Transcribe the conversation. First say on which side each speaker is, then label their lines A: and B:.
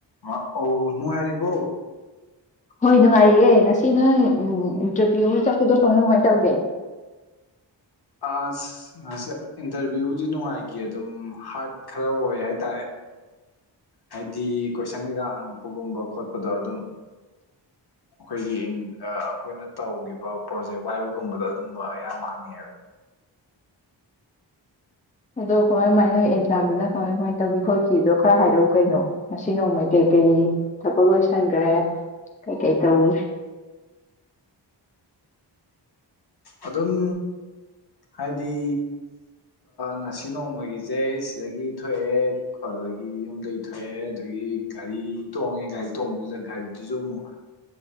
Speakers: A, on the left (about 60°); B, on the left (about 15°).
A: ꯃꯥ ꯑꯣ ꯅꯨꯡꯉꯥꯏꯔꯤꯕꯣ
B: ꯍꯣꯏ ꯅꯨꯡꯉꯥꯏꯔꯤꯑꯦ ꯉꯁꯤ ꯅꯪ ꯏꯟꯇꯔꯚꯤꯌꯨ ꯑꯃ ꯆꯠꯄꯗꯣ ꯀꯃꯥꯏ ꯀꯃꯥꯏꯅ ꯇꯧꯒꯦ
A: ꯑꯁ ꯉꯁꯤ ꯏꯟꯇꯔꯚꯤꯌꯨꯕꯨꯗꯤ ꯅꯨꯡꯉꯥꯏꯈꯤ ꯑꯗꯨꯝ ꯍꯥꯔꯠ ꯈꯔ ꯑꯣꯏ ꯍꯥꯏ ꯇꯔꯦ ꯍꯥꯏꯗꯤ ꯀꯣꯏꯁꯟ ꯀꯩꯀꯥ ꯍꯪꯉꯛꯄꯒꯨꯝꯕ ꯈꯣꯠꯄꯗꯣ ꯑꯗꯨꯝ ꯑꯩꯈꯣꯏꯒꯤ ꯑꯩꯈꯣꯏꯅ ꯇꯧꯈꯤꯕ ꯄ꯭ꯔꯣꯖꯦꯛ ꯋꯥꯏꯕꯒꯨꯝꯕꯗ ꯑꯗꯨꯝꯕ ꯑꯌꯥꯝꯕ ꯍꯪꯉꯛꯑꯦꯦꯕ
B: ꯑꯗꯣ ꯀꯃꯥꯏ ꯀꯃꯥꯏꯅ ꯑꯦꯛꯖꯥꯝꯗꯨꯅ ꯀꯃꯥꯏ ꯀꯃꯥꯏꯅ ꯇꯧꯈꯤ ꯈꯣꯠꯈꯤꯗꯣ ꯈꯔ ꯍꯥꯏꯔꯛꯎ ꯀꯩꯅꯣ ꯉꯁꯤ ꯅꯣꯡꯃꯩ ꯀꯩꯀꯔꯤ ꯊꯕꯛ ꯂꯣꯏꯁꯟꯈ꯭ꯔꯦ ꯀꯩꯀꯩ ꯇꯧꯋꯦ
A: ꯑꯗꯨꯝ ꯍꯥꯏꯗꯤ ꯉꯁꯤ ꯅꯣꯡꯃꯒꯤꯁꯦ ꯁꯤꯗꯒꯤ ꯊꯣꯛꯑꯦ ꯑꯗꯨꯗꯒꯤ ꯌꯨꯝꯗꯒꯤ ꯊꯣꯛꯑꯦ ꯑꯗꯨꯗꯒꯤ ꯒꯥꯔꯤ ꯇꯣꯡꯉꯦ ꯒꯥꯔꯤ ꯇꯣꯡꯕꯗꯨꯗ ꯒꯥꯔꯤꯗꯨꯁꯨ ꯑꯃꯨꯛ